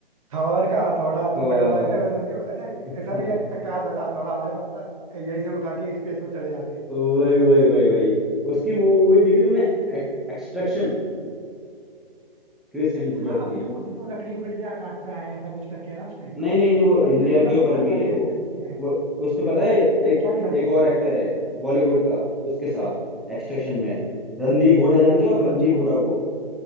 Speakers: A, on the right (about 35°); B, in the centre.
A: थॉर का हथौड़ा
B: थॉर
A: तुमको डर लगता है वैसे उसके ऐसा
B: <laughs>
A: ऐसा नहीं लगता काश वैसा हथौड़ा हमारे पास होता यहीं से उठा के स्पेस में चले जाते
B: वही वही वही वही उसकी वो मूवी देखी तुमने एक्सट्रैक्शन क्रिस हिम्सवर्थ
A: हाँ अभी
B: की
A: जो वो जिसमें लकड़ी उकड़ी से काटता है ऐसा कुछ करके है ना उसमें
B: नहीं नहीं नहीं वो
A: मतलब
B: इंडिया
A: मुझे थोड़ा
B: के ऊपर
A: देखा तो
B: भी
A: है
B: है
A: नेटफ्लिक्स
B: वो
A: पे है
B: वो उसमें पता है
A: अच्छा
B: एक
A: क्या दिखा
B: एक
A: था उसमें
B: और एक्टर है बॉलीवुड का उसके साथ एक्सट्रैक्शन में रणदीप हुडा जानते हो आप रणदीप
A: अच्छा
B: हुडा को